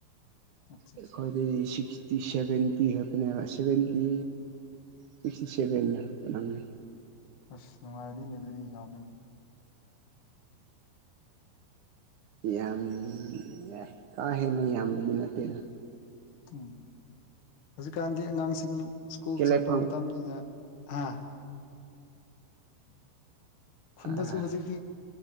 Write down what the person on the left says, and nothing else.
ꯑꯠꯆꯥ ꯑꯠꯆꯥ
ꯑꯁ ꯅꯨꯉꯥꯏꯅꯤꯅꯦ ꯗꯨꯗꯤ ꯌꯥꯝꯃꯦꯅꯦ
ꯎꯝ ꯍꯨꯖꯤꯛꯀꯥꯟꯒꯤ ꯑꯉꯥꯡꯁꯤꯡ ꯁ꯭ꯀꯨꯜ
ꯆꯠꯄ ꯃꯇꯝꯅꯤꯅ ꯍꯥ ꯈꯨꯟꯗꯁꯨ
ꯍꯨꯖꯤꯛꯇꯤ